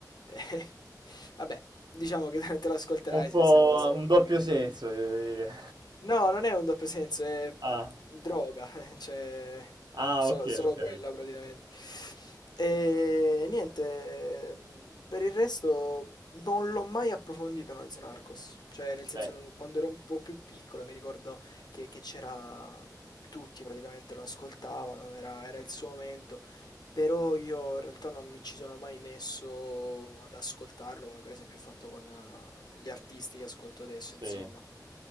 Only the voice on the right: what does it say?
Un po'
un doppio senso, devo dire.
Ah,
ah,
ok,
ok.
Beh,
sì.